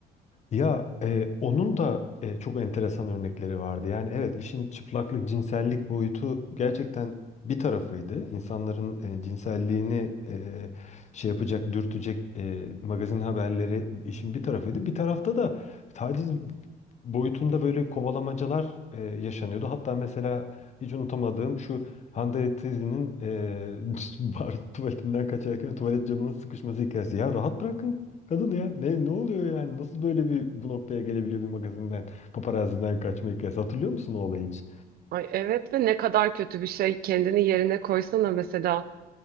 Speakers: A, on the left (about 45°); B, on the right (about 60°).
A: Ya e, onun da e, çok enteresan örnekleri vardı. Yani evet işin çıplaklık, cinsellik boyutu gerçekten bir tarafıydı. İnsanların e, cinselliğini e, şey yapacak, dürtecek e, magazin haberleri işin bir tarafıydı. Bir tarafta da taciz boyutunda böyle kovalamacalar e, yaşanıyordu. Hatta mesela hiç unutamadığım şu Hande Tezi'nin e, <laughs> bar tuvaletinden kaçarken tuvalet camının sıkışması hikayesi. Ya rahat bırakın Kadın ya ne ne oluyor yani nasıl böyle bir bu noktaya gelebiliyor bir magazinden paparazziden kaçma hikayesi hatırlıyor musun o olayı hiç?
B: Ay evet ve ne kadar kötü bir şey. Kendini yerine koysana mesela.